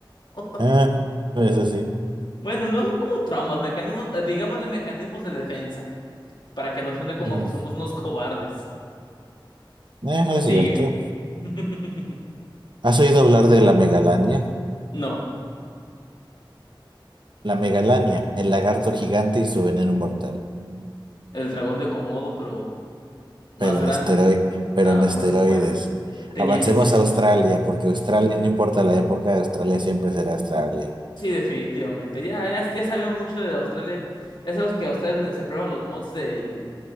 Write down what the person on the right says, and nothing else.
Ah, eso sí.
Mm,
eh,
es
cierto.
¿Has oído hablar de la megalania?
La megalania, el lagarto gigante y su veneno mortal.
pero en
esteroides, pero
en esteroides.
Avancemos
a Australia, porque Australia, no importa la época, Australia siempre será Australia.